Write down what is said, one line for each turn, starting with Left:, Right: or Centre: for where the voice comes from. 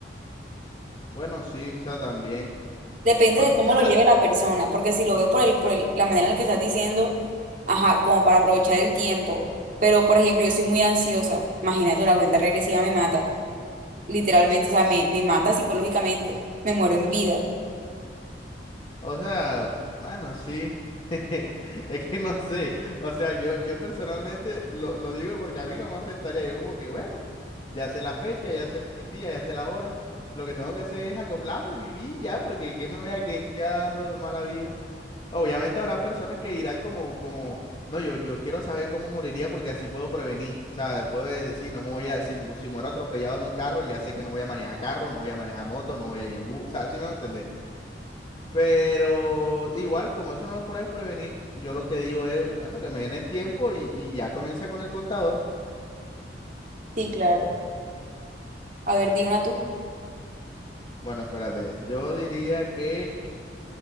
Left: Bueno, sí, o sea, también.
Right: Depende
Left: O
Right: de cómo
Left: sea,
Right: lo lleve la persona, porque si lo veo por el, por el- la manera en la que estás diciendo, ajá, como para aprovechar el tiempo. Pero, por ejemplo, yo soy muy ansiosa. Imagínate, una cuenta regresiva me mata, literalmente, o sea, me, me mata psicológicamente. Me muero en vida.
Left: o sea, mano, sí. <laughs> Es que no sé. O sea, yo, yo personalmente lo, lo digo porque a mí no me afectaría. Yo como que, bueno, ya sé la fecha, ya sé el día, ya sé la hora. Lo que tengo que hacer es acoplarme, vivir ya, porque ¿qué me voy a quedar dando de mala vida? Obviamente habrá personas que dirán como, como, no, yo, yo quiero saber cómo moriría porque así puedo prevenir. O sea, puedo decir, no me voy a, si, si muero atropellado en un carro, ya sé que no voy a manejar carro, no voy a manejar moto, no voy a ir en bus. O sea, así me va a entender. Pero igual, como eso no lo puedes prevenir, yo lo que digo es, bueno, que me den el tiempo y, y ya comienza con el contador.
Right: Sí, claro. A ver, di una tú.
Left: Bueno, espérate, yo diría que